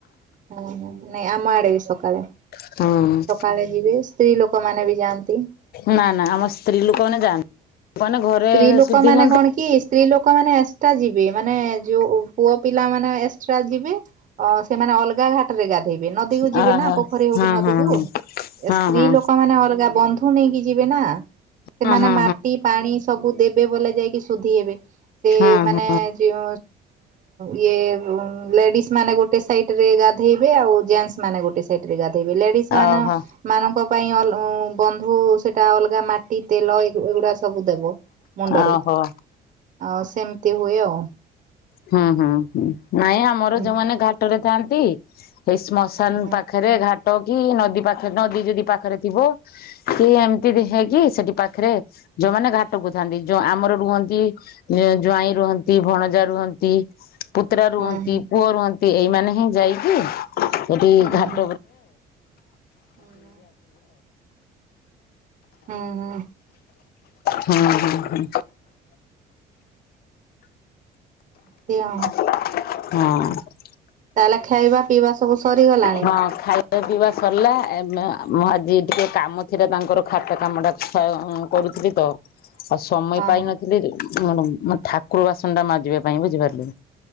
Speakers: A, on the right (about 45°); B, on the left (about 65°).
A: ହୁଁ ହୁଁ ନାଇଁ ଆମ ଆଡେ ବି ସକାଳେ।
B: ହୁଁ।
A: ସକାଳେ ଯିବେ ସ୍ତ୍ରୀ ଲୋକମାନେ ବି ଯାଆନ୍ତି।
B: ନା ନା ଆମ ସ୍ତ୍ରୀ ଲୋକମାନୋନେ ଯାଆନ୍ତି ମାନେ ଘରେ
A: ସ୍ତ୍ରୀ ଲୋକମାନେ
B: ସୁଧି ହୁଅନ୍ତି।
A: କଣ କି ସ୍ତ୍ରୀଲୋକ ମାନେ ଏଷ୍ଟା ଯିବେ ମାନେ ଯୋଉ ପୁଅ ପିଲାମାନେ ଏକ୍ସଟ୍ରା ଯିବେ, ଅ ସେମାନେ ଅଲଗା ଘା ରେ ଗାଧୋଇବେ, ନଦୀ
B: ଓହୋ
A: କୁ ଯିବେନା ପୋଖରୀ ହଉ
B: ହଁ
A: କିି ନଦୀକୁ
B: ହଁ ହଁ ହଁ
A: ଏ ସ୍ତ୍ରୀ
B: ହଁ।
A: ଲୋକ ମାନେ ଅଲଗା ବନ୍ଧ ଠୁ ନେଇକି ଯିବେ ନା, ସେମାନେ
B: ହଁ ହଁ
A: ମାଟି ପାଣି ସବୁ ଦେବେ ବୋଲେ ଯାଇକି ଶୁଦ୍ଧି ହେବେ। ସେ
B: ହଁ
A: ମାନେ
B: ହଁ
A: ଯିଅ ଇଏ ଲେଡିସ୍ ମାନେ ଗୋଟେ ସାଇଟରେ ଗାଧେଇବେ, ଆଉ ଜେନ୍ସ ମାନେ ଗୋଟେ ସାଇଟ ରେ ଗାଧେଇବେ ଲେଡିସ୍
B: ହଁ
A: ମାନ
B: ଓହୋ
A: ମାନଙ୍କ ପାଇଁ ବନ୍ଧୁ ସେଟା ଅଲଗା ମାଟି, ତେଲ ଏ ଏଗୁଡା ସବୁ ଦେବ ମୁଣ୍ଡରେ।
B: ଓହୋ
A: ଆଉ ସେମିତି ହୁଏ ଆଉ।
B: ହୁଁ ହୁଁ, ନାଇଁ ଆମର
A: ହୁଁ
B: ଯୋଉମାନେ ଘାଟରେ ଥାଆନ୍ତି୍ ହେଇ ସ୍ମସ୍ ଶାନ
A: ହୁଁ
B: ପାଖରେ ଘାଟକି ନଦୀ ପାଖରେ ନଦୀ ଯଦି ପାଖରେ ଥିବ। ସେ ଏମିତି ଦେହେଇକି ସେଠି ପାଖରେ ଯୋଉମାନେ ଘାଟକୁଥାନ୍ତି ଯୋଉ ଆମର ରୁହନ୍ତି। ଜ୍ୱାଇଁ ରୁହନ୍ତି, ଭଣଜା ରୁହ ଏଇ ପୁତୁରା ରୁହନ୍ତି,
A: ହୁଁ ହୁଁ
B: ପୁଅ ରହନ୍ତି, ଏଇମାନେ ହି ଯାଇକି ସେଠି
A: ହୁଁ
B: ଘାଟ
A: ହୁଁ ହୁଁ ଏମିତି
B: <unintelligible> ହୁଁ ହୁଁ ହୁ।
A: ସେ ଆଉଁ
B: ହଁ।
A: ତାହେଲେ ଖାଇବା ପିଇବା ସବୁ ସରିଗଲାଣି।
B: ହଁ ଖାଇବା ପିଇବା ସରିଲା, ମୁଁ ଆଜି ଟିକେ କାମ ଥିଲା ତାଙ୍କର ଖାତା କାମଟା <unintelligible> କରୁଥିଲି ତ। ଆଉ ସମୟ
A: ହଁ
B: ପାଇନଥିଲି,
A: ହଁ
B: ମୋ ଠାକୁର ବାସନଟା ମାଜିବା ପାଇଁ ବୁଝିପାରିଲେ।